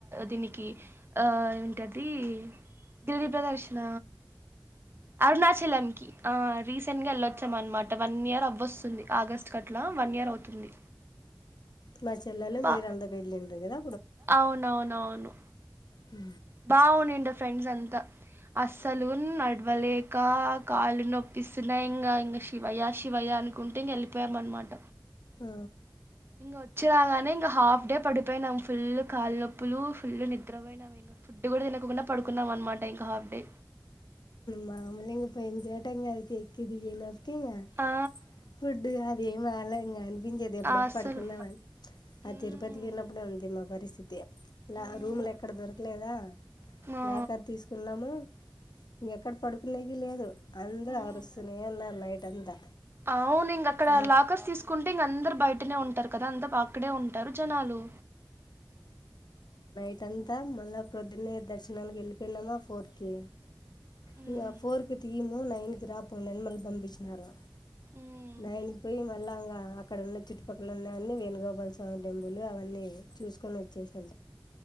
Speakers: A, on the right; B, on the left.
A: దీనికి ఆ ఏంటది గిరి ప్రదక్షణ అరుణాచలం కి ఆ రీసెంట్ గా వెళ్ళొచ్చాం అనమాట వన్ ఇయర్ అవ్వ వస్తుంది ఆగస్ట్ వన్ ఇయర్ అవుతుంది
B: మా చెల్లలు
A: బా
B: మీరు అంత వెళ్ళిలు కదా
A: అవునవునవును
B: హ
A: బాగుంది ఫ్రెండ్స్ అంతా అస్సలు నడవలేక కాళ్లు నొప్పిస్తున్నాయి ఇంకా ఇంక శివయ శివయ అనుకుంటే వెళ్ళిపోయామనమాట
B: ఆ
A: ఇంక వచ్చినగానే ఇంకా హాఫ్ డే పడిపోయినాం ఫుల్ కాలుప్పులు ఫుల్ నిద్రపోయినాంం ఫుడ్ కూడా తినకుండా పడుకున్నాం అనమాట ఇంకా హాఫ్ డే
B: మామూలుంగా ఐపోయింది ఎక్కి దిగి వచ్చటపటికి
A: ఆ
B: ఫుడ్ అది బాలే ఇంకా అనిపించేది ఎప్పుడప్పుడు
A: ఆ అస్సలు
B: పడుకుందామని ఆ
A: మ్మ్
B: తిరుపతి పోన్నప్పుడు అంతే మా పరిస్థితి
A: మ్మ్
B: రూములు ఎక్కడ దొరకలేదా
A: ఆ
B: లాకర్ తీసుకున్నాము ఇంకెక్కడ పడుకునేవి లేదు అందరూ
A: మ్మ్
B: ఆరుస్తూనే ఉన్నారు నైట్ అంతా
A: అవును ఇంక అక్కడ
B: ఆ,
A: లాకర్స్ తీసుకుంటే ఇంక అందరు బయటనే ఉంట కదా అంతా బయట అక్కడే ఉంటారు జనాలు
B: ఇదంతా మళ్ళా ప్రొద్దునే దర్శనానికి వెళ్ళిపోయినామా ఫోర్ కి
A: మ్మ్
B: ఇం పోరుకు త తీము నైనుకి రాపో నిెన్మల్ పంపించారు
A: ఉమ్
B: నైన్ కింపోయి మళ్ళీ ఇంకా అక్కడ ఉన్న చుట్టుపక్కల ఉన్నవన్నీ వేణుగోపాల స్వామి టెంపుల్ అవన్నీ చూసుకొని వచ్చేసా